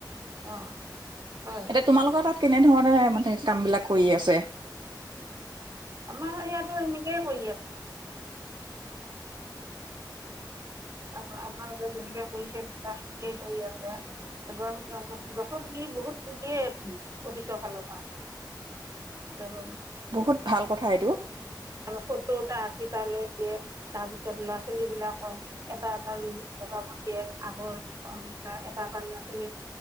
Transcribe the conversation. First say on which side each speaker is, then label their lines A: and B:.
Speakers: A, on the right; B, on the right.
A: অ হয়
B: এতিয়া তোমালোকৰ তাত কেনেধৰণে মানে কাম বিলাক কৰি আছে
A: আমাৰ ইআঁতো সেনেকেই কৰি আছে আপ আপোনালোকে যেনেকে কৰিছে কৰি আছে গছ গছৰ পুলি বহুত দিয়ে অফিচৰ ফালৰ পৰাে
B: বহুত ভাল কথা এইটো
A: সটৌটা আঠিটা লৈ দিয়ে তাৰ পিছত ল'ৰা ছোৱালী বিলাকক এটা এটা লগাবৰ দিয়ে আগৰাই এটা এটা ল'ৰা ছোৱালী